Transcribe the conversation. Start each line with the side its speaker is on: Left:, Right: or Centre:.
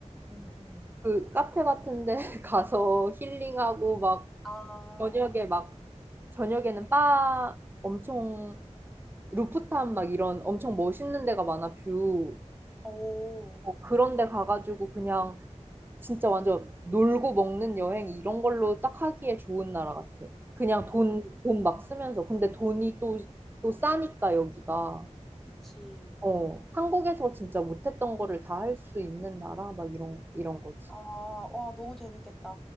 Centre: 음, 음.
Right: 그 카페 같은 데 <laughs> 가서 힐링하고 막
Centre: 아,
Right: 저녁에 막 저녁에는 바 엄청 루프탑 막 이런 엄청 멋있는 데가 많아 뷰.
Centre: 오.
Right: 어, 그런 데 가가지고 그냥 진짜 완전 놀고 먹는 여행 이런 걸로 딱 하기에 좋은 나라 같아. 그냥 돈, 돈 막 쓰면서. 근데 돈이 또, 또 싸니까 여기가.
Centre: 그치.
Right: 어, 한국에서 진짜 못했던 거를 다 할 수 있는 나라? 막 이런, 이런 거지.
Centre: 아, 와, 너무 재밌겠다.